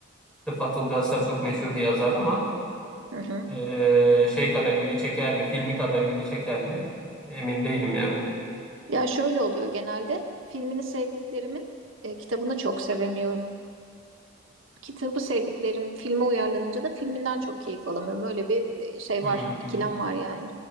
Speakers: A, in the centre; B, on the right.
A: Rıfat Ilgaz tabii çok meşhur bir yazar ama
B: Hı hı.
A: eee, şey kadar ilgi çeker mi? Filmi kadar ilgi çeker mi? Emin değilim yani.
B: Ya şöyle oluyor genelde. Filmini sevdiklerimin e, kitabını çok sevemiyorum. Kitabı sevdiklerim filme uyarlanınca da filminden çok keyif alamıyorum. Öyle bir e, şey
A: Hmm.
B: var, ikilem var yani.